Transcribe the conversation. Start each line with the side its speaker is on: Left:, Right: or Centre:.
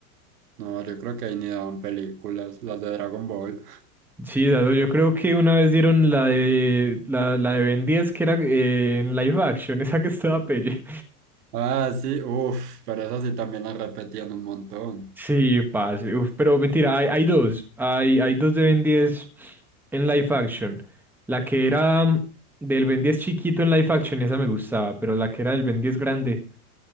Right: No, yo creo que ahí ni daban películas, las de Dragon Ball.
Centre: Sí, dado, yo creo que una vez dieron la de la, la de Ben 10 que era eh, en live action, <laughs> esa que estaba pelle.
Right: Ah, sí, uff, pero esas sí también las repetían un montón.
Centre: Sí, pase. Uf, pero mentira, hay, hay dos. Hay, hay dos de Ben 10 en live action. La que era mm, del Ben 10 chiquito en live action, esa me gustaba, pero la que era del Ben 10 grande,